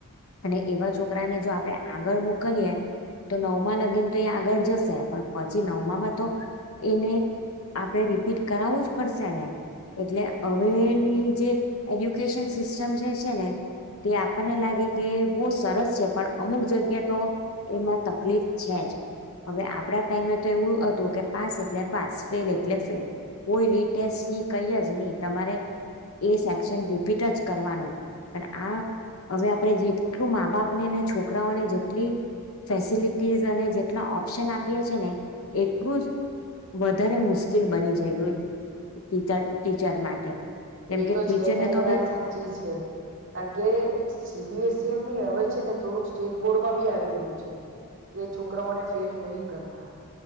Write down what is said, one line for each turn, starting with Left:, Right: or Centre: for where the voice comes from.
Left: અને એવા છોકરાને જો આપણે આગળ મોકલીએ તો નવમાં લગીને તો એ આગળ જશે પણ પછી નવમાંમાં તો એને આપડે રિપીટ કરાવવું જ પડશે ને એટલે હવેની જે એજ્યુકેશન સિસ્ટમ જે છે ને તે આપણને લાગે કે બહુ સરસ છે પણ અમુક જગ્યા તો એમાં તકલીફ છે જ હવે આપડા ટાઈમે તો એવું હતું કે પાસ એટલે પાસ ફેલ એટલે ફેલ કોઈ રીટેસ્ટની કઈ જ નહી તમારે એ સેક્શન રિપીટ જ કરવાનું પણ આ હવે આપણે જેટલું મા બાપને ને છોકરાઓને જેટલી ફેસિલિટીઝ અને જેટલા ઓપ્શન આપીએ છે ને એટલું જ વધારે મુશ્કેલ બની જઈ્યું ટીચર ટીચર માટે કેમ
Right: એ
Left: કે
Right: તો
Left: ટીચરને
Right: છે તારી
Left: તો હવે
Right: વાત સાચી છે કારણ કે સીબીએસઇ એમની હ છે ને થોડુંક સ્ટેટ બોર્ડમાં બી આવી ગયું છે કે છોકરાઓને ફેલ નહી કરવા